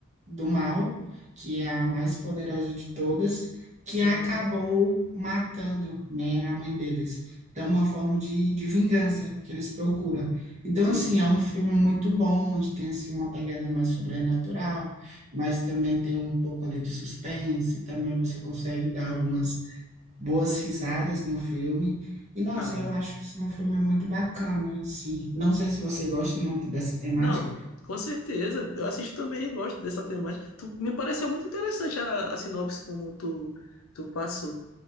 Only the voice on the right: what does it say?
do mal, que é a mais poderosa de todas, que acabou
matando, né, a mãe deles. Então, é uma forma de, de vingança que eles procuram. Então,
assim, é um filme muito bom, onde tem, assim, uma pegada mais sobrenatural, mas também tem um pouco ali de suspense, também você consegue dar
algumas boas risadas no filme. E, nossa,
eu acho esse um filme muito bacana em si. Não sei se você gosta muito dessa temática.